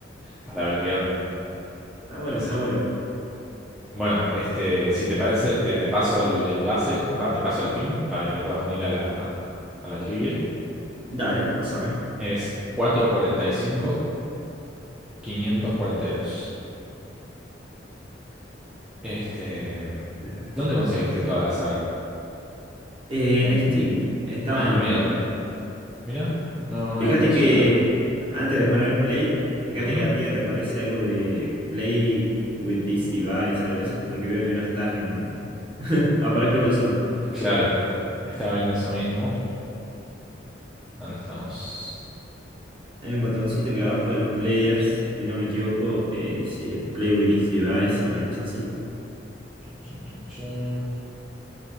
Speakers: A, in the centre; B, on the right.
A: para ver qué onda.
B: está bueno,
A: No
B: está
A: sé.
B: bueno.
A: Bueno, este, si te parece, te, te paso el enlace, va, te paso el pin para que te puedas unir a la, a la trivia.
B: Dale, pásame.
A: Es cuarenta cuarenta y cinco quinientos cuarenta y dos. Este, mm,
B: Perfecto.
A: ¿dónde conseguiste
B: ¿eh?
A: toda la saga?
B: Eh,
A: En-
B: en Steam estaban
A: Ah,
B: en
A: bien.
B: oferta.
A: Mira, no, no me
B: Fíjate
A: había aparecido
B: que
A: nada.
B: antes de poner play, fíjate
A: Ujú.
B: que arriba
A: <laughs>
B: te aparece algo de play with this device, algo de eso, porque veo que no estás en... <laughs> Aparezco yo solo.
A: Ah, Claro, estaba viendo eso mismo. ¿Dónde estamos?
B: Hay un botoncito que abajo de los players, si no me equivoco, eh, dice play with this device, una cosa así.
A: Chun, chun, chun.